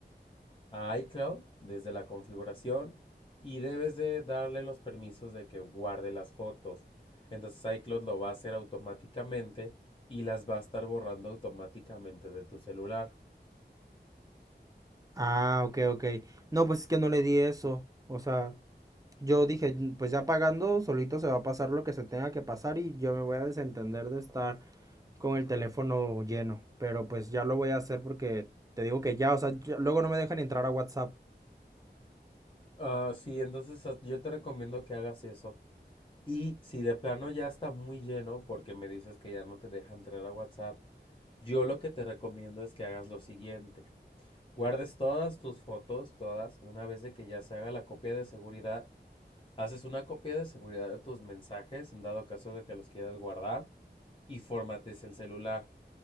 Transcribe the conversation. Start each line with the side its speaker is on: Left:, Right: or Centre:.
Left: a iCloud desde la configuración y debes de darle los permisos de que guarde las fotos. Entonces iCloud lo va a hacer automáticamente y las va a estar borrando automáticamente de tu celular.
Right: Ah, ok, ok. No, pues es que no le di eso. O sea, Yo dije, "Mm, pues ya pagando, solito se va a pasar lo que se tenga que pasar y yo me voy a desentender de estar con el teléfono lleno. Pero pues ya lo voy a hacer porque te digo que ya, o sea, ya- luego no me dejan entrar a WhatsApp.
Left: Ah, sí, entonces ah, yo te recomiendo que hagas eso. Y si de plano ya está muy lleno, porque me dices que ya no te deja entrar a WhatsApp, yo lo que te recomiendo es que hagas lo siguiente. Guardes todas tus fotos, todas, una vez de que ya se haga la copia de seguridad, haces una copia de seguridad de tus mensajes en dado caso de que los quieras guardar y formates el celular